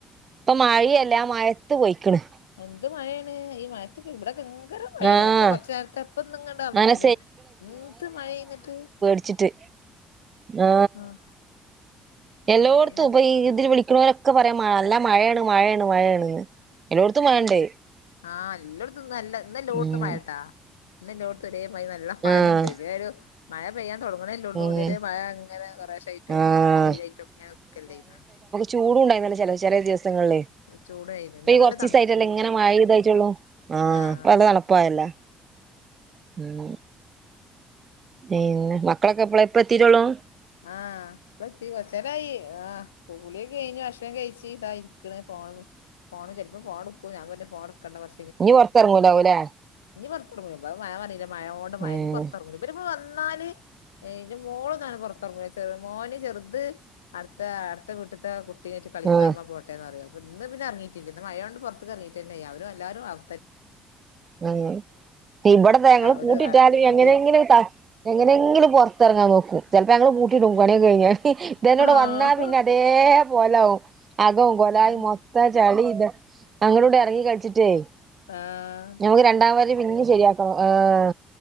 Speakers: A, on the right; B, on the left.
A: പ്പൊ മഴിയല്ലെ മഴത്ത് പൊയ്ക്കണ്
B: എന്ത് മയെണ് ഇ മഴ ബടെ ഗ്ര മഴയെണ്
A: ആഹ്
B: വടെ കൊറച് നേരത്തെ ഇപ്പൊന്ന്ങ്ടെ അമർന്ന്ക്ൻ
A: അങ്ങനെ
B: ന്ത് മഴണ്ത്
A: ച്ചിട്ട് ആ
B: ആഹ്
A: എല്ലോട്ത്തും
B: അതന്നെ
A: ഉപ ഇതിൽ വിളിക്ക്ണോ രൊക്കെ പറയാ മല്ല മഴയെണ് മഴയെ ണ് മഴയെണ്ന്ന് എലൊട്തും മഴണ്ട്
B: ആ ല്ലോട്ത്തും നല്ല ന്നല്ലോട്തും
A: ഉം
B: മയട്ടാ ന്നല്ലോടത്തും ഒരേമാരി നല്ല മഴണ്ട്
A: ആഹ്
B: ദേഒരു മഴ പെയ്യാൻ തൊടങ്ങ്നെൽ ള്ളൂ
A: ഉം
B: ഇതുവരെ മഴങ്ങനെ കൊറേശായിട്ടും
A: ആഹ്
B: വെയിലായിട്ടും ഒക്കെങ്ങനെക്കല്ലേന്ന
A: ചൂടുണ്ടായിന്നല്ലോ ച ചെല ദിവസങ്ങള്
B: ചൂടായിന് ഇന്നൊക്കെ
A: പ്പെ ഈ കൊറചീസാ
B: നല്ല തണുപ്പുണ്ട്
A: ല്ല ങ്ങനെ മഴ തായിറ്റള്ളൂ ആ
B: ആഹ്
A: പ്പല്ല തണപ്പായലൊ മ്മ് പിന്നെ മക്കളൊക്കെ എപ്പള പ്പ എത്തീടട്ടൊള്ളൂ
B: ആഹ് ഇപ്പള എത്തി കൊച്ചരായി ആഹ് കൂളിയക്കെകയിഞ്ഞു ഭക്ഷണം കഴിച്ചു ഇത ഇരിക്കണ ഫോൺ ഫോൺ ചിലപ്പോ പോണടുക്കും ഞാന് പറഞ് ഫോൺ എടുക്കണ്ട കുറ
A: ഇഞ് പൊറത്തെ റങ്ങൂലാവുംല്ലെ
B: ഇഞ് പൊറത്തിങ്ങുല ഇ പ്പഅ മയ പാറില്ലെ മഴോണ്ട് മഴ
A: ഉം
B: ഇ പുറത്തിറങ്‌ല ഇരിപ്പോ വന്നാല്ന്റെ മോളന്നാണ് പുറത്ത് ചെ മോന് ചെറുത് അടുത്ത അടുത്ത വീട്ടത്തെ കുട്ടീട്ട് കളിക്കാ
A: ആഹ്
B: പോട്ടേന്ന് പറിയോ അപ്പോ ഇന്ന് പിന്നെ എറങ്ങിട്ടില്ലന്ന് മഴ യോണ്ട് പുറത്തക്കെറങ്ങിട്ടെന്നെല്ല അവരെ എല്ലാറും അവ
A: ഉം ഇവിടെ താ ങ്ങള് കൂട്ടിട്ടാലും
B: ഒരു മടിയാ
A: എങ്ങനെങ്ങനെ ങ്കി താ എങ്ങനെങ്കിലും പൊറതെറങ്ങാ നോക്കും ചെലപ്പോ ഞങ്ങള് കൂട്ടിടും പനിയൊക്കെ കഴിഞ്ഞാ ഇത് എന്നോട്
B: ആഹ്
A: വന്നാ പിന്ന തേ പോലആവും. അകവും കൊലായ്
B: ഉം
A: മൊത്തം ചളി ഇത അങ്ങടുട് ഇറങ്ങി കളിച്ചിട്ടേ
B: ആഹാ
A: നമുക്ക് രണ്ടാ വരി പിന്നെ ശരിയാക്കണം. ആഹാ